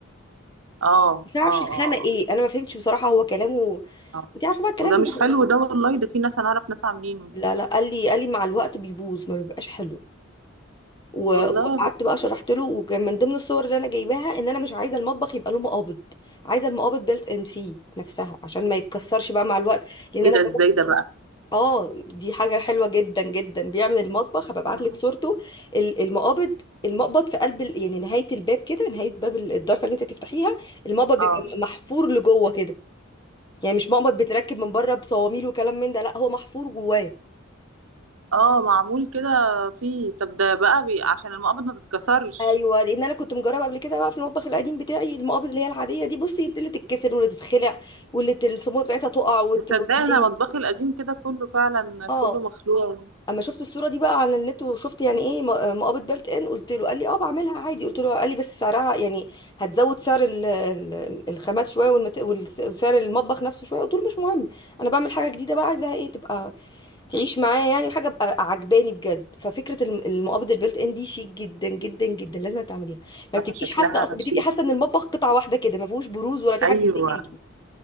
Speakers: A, on the right; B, on the left.
A: اه
B: بس انا
A: اه
B: معرفش
A: اه
B: الخامه ايه انا ما فهمتش بصراحه هو كلامه
A: اه آه.
B: انت عارفه بقى الكلام
A: وده مش
B: ده
A: حلو ده والله ده في ناس انا اعرف ناس عاملينه
B: لا لا قال لي قال لي مع الوقت بيبوظ ما بيبقاش حلو و-
A: والله
B: وقعدت بقى شرحت له وكان من ضمن الصور اللي انا جايباها ان انا مش عايزه المطبخ يبقى له مقابض عايزه المقابض بيلت ان فيه نفسها عشان ما يتكسرش بقى مع الوقت لان
A: ايه
B: انا
A: ده ازاي
B: جربت
A: ده بقى
B: اه دي حاجه حلوه جدا جدا بيعمل المطبخ هبقى ابعت
A: مم.
B: لك صورته ال- المقابض المقبض في قلب ال- يعني نهايه الباب كده نهايه باب ال- الضرفه اللي انت تفتحيها المقبض بيبقى
A: اه
B: محفور لجوه كده يعني مش مقبض بتركب من بره بصواميل وكلام من ده لا هو محفور جواه
A: اه معمول كده فيه طب ده بقى بي... عشان المقابض ما تتكسرش
B: ايوه لان انا كنت مجربه قبل كده بقى في المطبخ القديم بتاعي المقابض اللي هي العاديه دي بصي اللي تتكسر واللي تتخلع واللي ت- الصاموله بتاعتها تقع وت-
A: تصدقي
B: وتميل
A: انا مطبخي القديم كده كله فعلا
B: اه
A: كله مخلوع
B: اما شفت الصوره دي بقى على النت وشفت يعني ايه م- مقابض بلت ان قلت له قال لي اه بعملها عادي قلت له قال لي بس سعرها يعني هتزود سعر ال- ال- الخامات شويه والمت... والس- وسعر المطبخ نفسه شويه قلت له مش مهم انا بعمل حاجه جديده بقى عايزاها ايه تبقى تعيش معاه يعني حاجه ابقى عجباني بجد ففكره الم- المقابض البيلت ان دي شيك جدا جدا جدا لازم تعمليها ما
A: راح
B: بتبقيش
A: شكلها
B: حاسه أص- بتبقي
A: شيك
B: حاسه ان المطبخ قطعه واحده كده ما فيهوش بروز ولا في
A: ايوه
B: حاجه بتضايقاكي